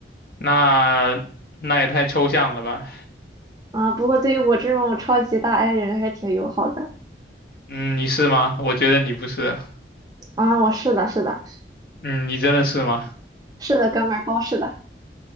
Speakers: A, on the left; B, on the right.
A: 那那也太抽象了吧？
B: 啊。不过对于我这种超级大 I 人还挺友好的
A: 嗯，你是吗？我觉得你不是。
B: 啊。我是的，是的，
A: 嗯，你真的是吗？
B: 是的，哥们儿，包是的，